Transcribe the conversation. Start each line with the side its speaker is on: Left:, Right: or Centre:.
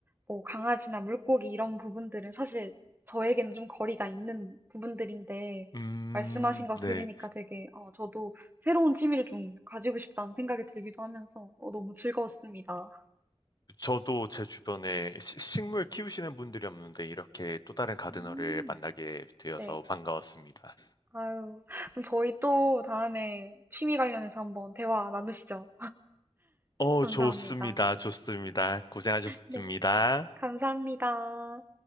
Right: 뭐 강아지나 물고기 이런 부분들은 사실 저에게는 좀 거리가 있는 부분들인데,
Left: 음,
Right: 말씀하신 거 들으니까
Left: 네.
Right: 되게, 어, 저도 새로운 취미를 좀 가지고 싶다는 생각이 들기도 하면서, 어, 너무 즐거웠습니다.
Left: 저도 제 주변에 시- 식물 키우시는 분들이 없는데 이렇게 또 다른 가드너를
Right: 음,
Left: 만나게 되어서
Right: 네.
Left: 반가웠습니다.
Right: 아유, 그럼 저희 또 다음에 취미 관련해서 한번 대화 나누시죠.
Left: 어,
Right: 감사합니다.
Left: 좋습니다. 좋습니다. 고생하셨습니다.
Right: 네, 감사합니다.